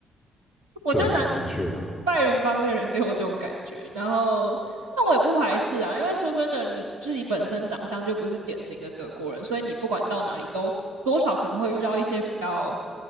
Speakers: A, on the right; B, on the left.
A: 我觉得南
B: 对啊，的确啊，
A: 拜仁帮的人给我这种感觉，然后那我也不排斥啊，因为说真的，你自己本身长相就不是典型的德国人，所以你不管到哪里都多少可能会遇到一些比较